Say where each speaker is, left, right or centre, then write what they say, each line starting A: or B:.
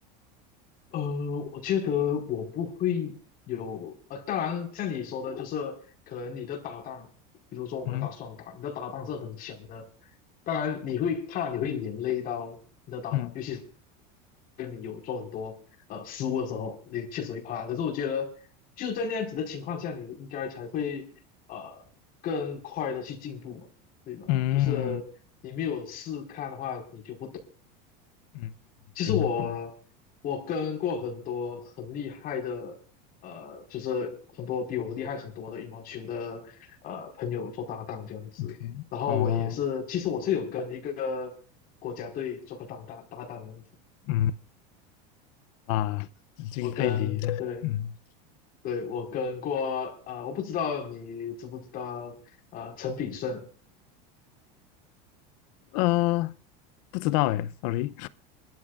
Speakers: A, on the left; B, on the left.
A: 呃，我觉得我不会有，呃，当然像你说的，就是可能你的搭档，比如说我们打双打，
B: 嗯
A: 你的搭档是很强的，当然你会怕你会连累到你的搭档，
B: 嗯
A: 尤其。你有做很多呃失误的时候，你确实会怕。可是我觉得就是在那样子的情况下，你应该才会呃更快的去进步嘛，对吗？
B: 嗯
A: 就是你没有试看的话，你就不懂。
B: 嗯，
A: 其实我我跟过很多很厉害的呃，
B: 明白
A: 就是很多比我厉害很多的羽毛球的呃朋友做搭档这样子。
B: ，OK，
A: 然后我也是，
B: 哦，
A: 其实我是有跟一个国家队做过搭档搭档的，
B: 嗯啊，很敬佩你，
A: 我跟对
B: 嗯
A: 对，我跟过，呃，我不知道你知不知道，呃，陈炳顺，
B: 呃，不知道诶，sorry。